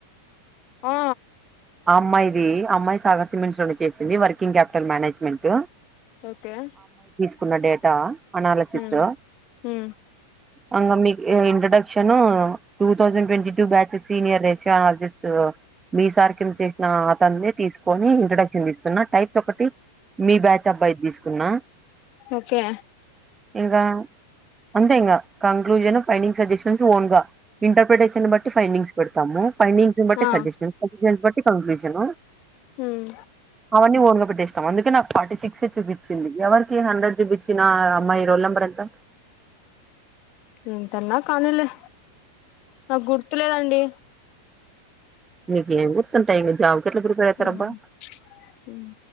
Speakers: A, on the left; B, on the right.
A: ఆ
B: ఆ అమ్మాయి ది అమ్మాయి సాగర్ సిమెంట్ లోనే చేసింది వర్కింగ్ క్యాపిటల్ మేనేజ్మెంట్
A: ఓకే
B: న్న డేటా అనాలసిస్
A: హ్మ్ హ్మ్
B: అంగ మీ introduction two thousand twenty two batches senior రేశాజిస్ట్ మీ సార్ చేసిన అతన్ని తీసుకొని ఇంట్రడక్షన్ తీస్తున్నా టైప్ ఒకటి మీ బ్యాచ్ అబ్బయిది తీసుకు న్న
A: ఓకే
B: ఇంగా అంతే ఇంగా కంక్లూజన్ ఫైండింగ్ సజెషన్స్ ఓన్ గా ఇంటర్ప్రిటేషన్ బట్టి ఫైండింగ్స్ పెడతాము ఫైండింగ్స్ నీ బట్టి
A: ఆ
B: సజెషన్ సజెషన్స్ బట్టి మిషను
A: హ్మ్
B: అవన్నీ ఓన్ గా పే ఇష్టం అందుకే నాకు ఫార్టీ సిక్స్ చూపించింది ఎవరికి హండ్రెడ్ చూపించిన అమ్మాయి రోల్ నెంబర్ ఎంతా
A: మ్మ్ తన్నా కానీలే నాకు గుర్తులేదండి
B: నీకు ఏం చెప్పిన టైం ట్ల ప్రిపేర్ అయితరు
A: హ్మ్
B: అబ్బా
A: హ్మ్